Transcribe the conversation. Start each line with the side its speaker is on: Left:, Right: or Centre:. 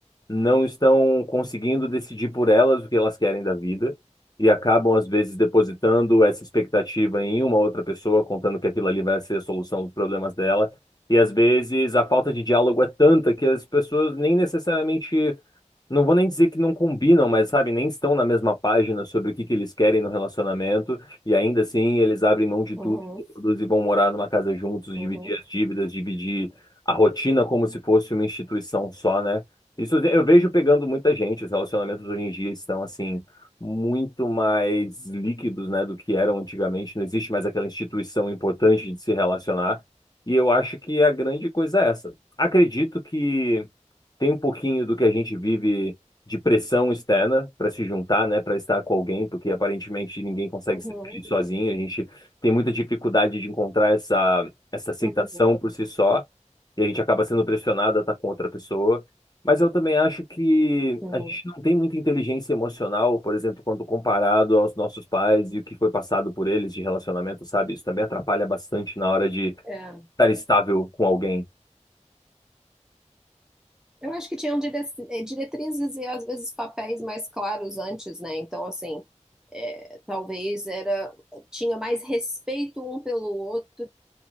Left: não estão conseguindo decidir por elas o que elas querem da vida e acabam, às vezes, depositando essa expectativa em uma outra pessoa, contando que aquilo ali vai ser a solução dos problemas dela. E, às vezes, a falta de diálogo é tanta que as pessoas nem necessariamente não vou nem dizer que não combinam, mas sabe, nem estão na mesma página sobre o que que eles querem no relacionamento, e ainda assim eles abrem mão de tudo,
Centre: Uhum,
Left: se reproduzem e vão morar numa casa juntos,
Centre: uhum,
Left: dividir as dívidas, dividir a rotina como se fosse uma instituição só, né? Isso eu vejo pegando muita gente, os relacionamentos hoje em dia estão assim muito mais líquidos, né, do que eram antigamente, não existe mais aquela instituição importante de se relacionar, e eu acho que a grande coisa é essa. Acredito que tem um pouquinho do que a gente vive de pressão externa para se juntar, né, para estar com alguém, porque aparentemente ninguém consegue
Centre: uhum,
Left: ser feliz sozinho. A gente tem muita dificuldade de encontrar essa essa aceitação
Centre: uhum,
Left: por si só, e a gente acaba sendo pressionado a estar com outra pessoa. Mas eu também acho que
Centre: uhum.
Left: a gente não tem muita inteligência emocional, por exemplo, quando comparado aos nossos pais e o que foi passado por eles de relacionamento, sabe? Isso também atrapalha bastante na hora de
Centre: É.
Left: estar estável com alguém.
Centre: Eu acho que tinham dire- eh, diretrizes e às vezes papéis mais claros antes, né? Então, assim, é, talvez era tinha mais respeito um pelo outro